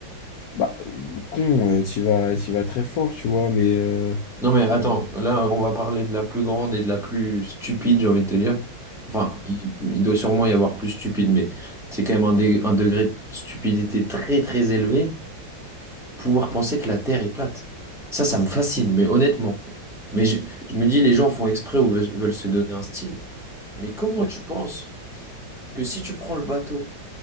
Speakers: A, on the left; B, in the centre.
A: Bah, euh, con, euh, tu vas, t'y vas très fort, tu vois, mais euh,
B: Non mais attends,
A: euh,
B: là on va parler de la plus grande et de la plus stupide, j'ai envie de te dire. Enfin, il, il doit sûrement y avoir plus stupide, mais c'est quand même un, dé- un degré de stupidité très très élevé, pouvoir penser que la Terre est plate. Ça, ça me fascine, mais honnêtement. Mais je, je me dis, les gens font exprès ou veulent, veulent se donner un style. Mais comment
A: ouais.
B: tu penses que si tu prends le bateau